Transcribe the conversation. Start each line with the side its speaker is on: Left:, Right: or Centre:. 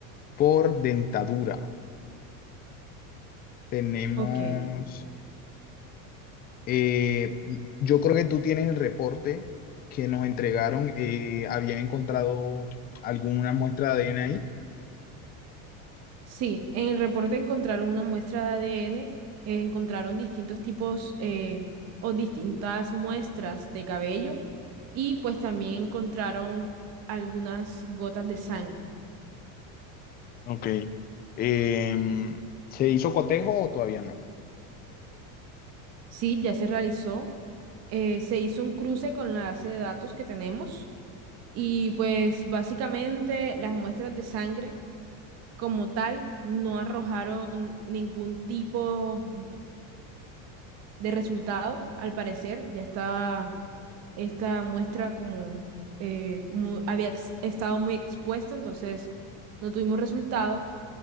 Left: por dentadura. Tenemos,
Right: Ok.
Left: eh, yo creo que tú tienes el reporte que nos entregaron, eh, habían encontrado alguna muestra de ADN ahí.
Right: Sí, en el reporte encontraron una muestra de ADN, eh, encontraron distintos tipos eh, o distintas muestras de cabello y pues también encontraron algunas gotas de sangre.
Left: Ok. Em, ¿Se hizo cotejo o todavía no?
Right: Sí, ya se realizó, eh, se hizo un cruce con la base de datos que tenemos y pues básicamente las muestras de sangre como tal no arrojaron ningún tipo de resultado, al parecer, ya estaba esta muestra como eh, mu- había ex- estado muy expuesta, entonces no tuvimos resultado,